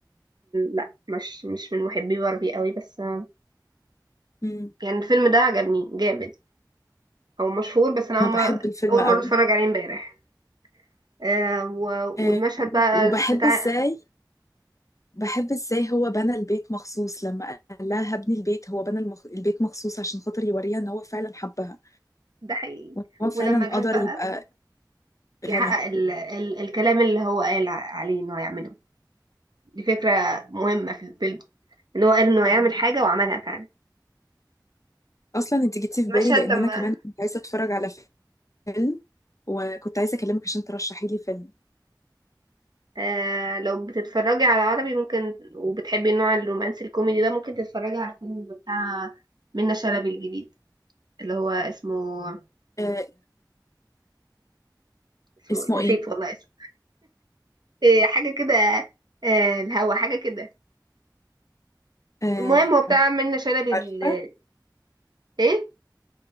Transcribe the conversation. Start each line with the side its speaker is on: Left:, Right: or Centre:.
Right: لا مش مش من محبي باربي قوي بس آه،
Left: مم.
Right: يعني الفيلم ده عجبني جامد هو مشهور بس انا
Left: انا
Right: اول
Left: بحب
Right: مره
Left: الفيلم
Right: اول
Left: قوي
Right: مره اتفرج عليه امبارح آه و...
Left: آه،
Right: والمشهد بقى
Left: وبحب
Right: بتاع
Left: ازاي بحب ازاي هو بنى البيت مخصوص لما قال لها هبني البيت هو بنى المخ... البيت مخصوص عشان خاطر يوريها ان هو فعلا حبها
Right: ده حقيقي
Left: وان هو فعلا
Right: ولما
Left: قدر
Right: جت بقى
Left: يبقى
Right: يحقق
Left: غني
Right: ال... ال... الكلام اللي هو قال ع- عليه انه هيعمله دي فكره مهمه في الفيلم ان هو قال انه هيعمل حاجه وعملها فعلا
Left: اصلا انت جيتي في
Right: المشهد
Left: بالي لان
Right: لما
Left: انا كمان كنت عايزة اتفرج على فيلم وكنت عايزة أكلمك عشان ترشحي لي فيلم
Right: آه لو بتتفرجي على عربي ممكن وبتحبي النوع الرومانسي الكوميدي ده ممكن تتفرجي على الفيلم بتاع منة شلبي الجديد اللي هو اسمه
Left: آه
Right: اسمه
Left: اسمه
Right: إيه؟ نسيت
Left: إيه؟
Right: والله اسمه إيه حاجه كده آه الهوا حاجه كده
Left: آه
Right: المهم هو بتاع منة شلبي ال-
Left: عارفة؟
Right: ايه